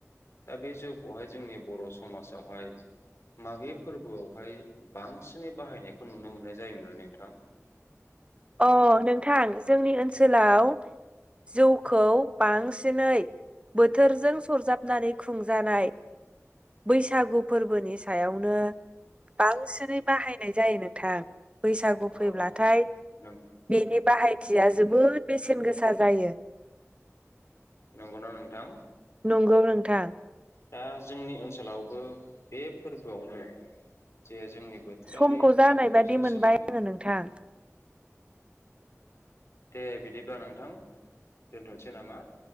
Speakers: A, on the left; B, on the right.
A: दा बे जौखौहाय जोंनि बर' समाजावहाय माबे फोरबोआवहाय बांसिनै बाहायनायखौ नुनो मोननाय जायोमोन नोंथां?
B: अ नोंथां जोंनि ओनसोलाव जौखौ बांसिनै बोथोरजों सरजाबनानै खुंजानाय बैसागु फोरबोनि सायावनो बांसिनै बाहायनाय जायो नोंथां बैसागु
A: अ
B: फैब्लाथाय
A: नों
B: बेनि बाहायथिया जोबोर बेसेन गोसा जायो
A: नंगौना नोंथां
B: नंगौ नोंथां
A: दा जोंनि ओनसोलावबो बे फोरबोआवनो जे जोंनि बोथोरारि
B: समखौ जानाय
A: बा बोथोरजों
B: बादि मोनबाय
A: सोमोन्दो
B: आङो
A: गोनां
B: नोंथां
A: दे बिदिब्ला नोंथां दोनथ'सै नामा?